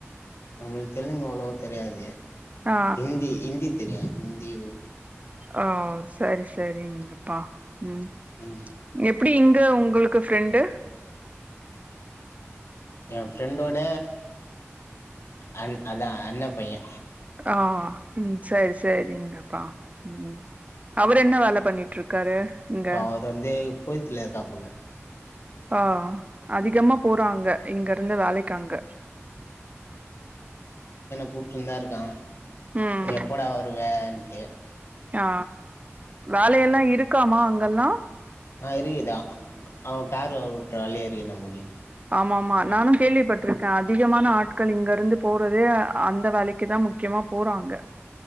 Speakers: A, on the left (about 65°); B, on the right (about 30°).
A: நம்மளுக்கு தெலுங்கு அவ்ளோவா தெரியாது
B: ஆ
A: ஹிந்தி ஹிந்தி தெரியாது இந்தி
B: அ செரி செரிங்கப்பா ம்
A: ம்
B: எப்பிடி இங்க உங்களுக்கு ஃப்ரெண்ட்டு
A: ஏ ஃப்ரெண்டோட அன் அதா அண்ண பையே
B: ஆ ம் செரி செரிங்கப்பா ம் அவரு என்ன வேல பண்ணிட்டு இருக்காரு இங்க
A: இப்ப அவரு வந்து கொய்த்துல இருக்காப்புல
B: ஆ அதிகமா போறாங்க இங்க ருந்து வேலைக்கு அங்க
A: கூட்னுதா இருக்கா
B: ம்
A: எப்படா வருவ எ
B: ஆ வேலையேல்லா இருக்காமா அங்கெல்லா
A: அ இருக்கிதா அங்க கார் ஓட்டர வேலையே இருக்கு நமுக்கு
B: ஆமா ஆமா நானு கேள்விப்பட்டுருக்கே அதிகமான ஆட்கள் இங்கருந்து போறதே அ அந்த வேலைக்கி தா முக்கியமா போறாங்க